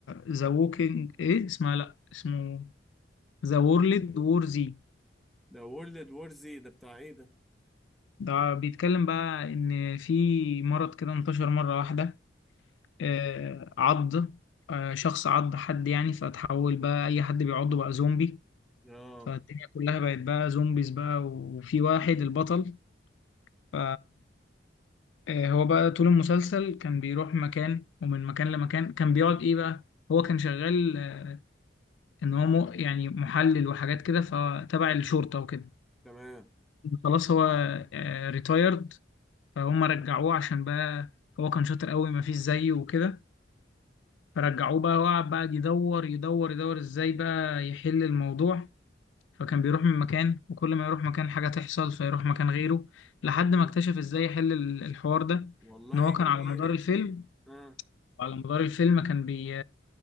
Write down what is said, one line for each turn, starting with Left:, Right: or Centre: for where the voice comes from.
Left: ذا ووكينج إيه اسمها لأ اسمه ذا وورلد وور زي
Centre: ده وورلد وور زي ده بتاع ايه ده
Left: ده بيتكلم بقى إن في مرض كده انتشر مرة واحدة آه، عض آه، شخص عض حد يعني فتحول بقى أي حد بيعضه بقى زومبي
Centre: اه
Left: فالدنيا كلها بقت بقى زومبيز بقى وفي واحد البطل ف آه، هو بقى طول المسلسل كان بيروح مكان ومن مكان لمكان كان بيقعد ايه بقى هو كان شغال آه، ان هو م- يعني محلل وحاجات كده فتبع الشرطة وكده
Centre: تمام
Left: خلاص هو ريتايرد فهم رجعوه عشان بقى هو كان شاطر قوي مفيش زيه وكده فرجعوه بقى وقعد بقى يدور يدور يدور ازاي بقى يحل الموضوع فكان بيروح من مكان وكل ما يروح مكان حاجة تحصل فيروح مكان غيره لحد ما
Centre: طب
Left: اكتشف ازاي يحل ال- الحوار ده
Centre: والله
Left: ان هو كان
Centre: جميل
Left: على مدار الفيلم
Centre: اه
Left: وعلى مدار الفيلم كان بي